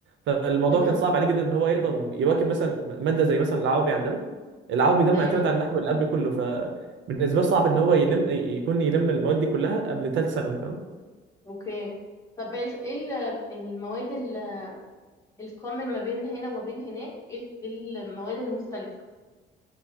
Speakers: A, on the right (about 70°); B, on the left (about 15°).
A: فالموضوع
B: امم
A: كان صعب عليه جدا ان هو يقدر يواكب مثلا ماده زي مثلا العربي عندنا العربي ده معتمد
B: ايوه
A: على النحو اللي قبل كله فبالنسبه له صعب ان هو يلم يكون يلم المواد دي كلها قبل ثالث ثانوي فاهم
B: اوكي طب ايه الف- إيه ال- المواد ال- الكومن ما بين هنا وما بين هناك ايه ال- إيه المواد المختلفة